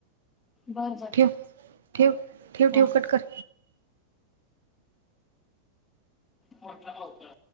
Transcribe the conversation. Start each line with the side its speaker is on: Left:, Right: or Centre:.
Left: बर बर
Right: ठेव ठेव ठेव ठेव
Left: हा
Right: कटकर
Left: हो का का.